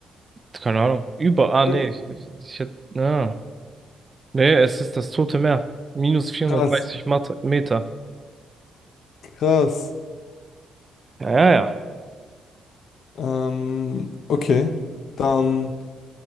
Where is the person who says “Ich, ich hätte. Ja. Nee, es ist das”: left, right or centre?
Right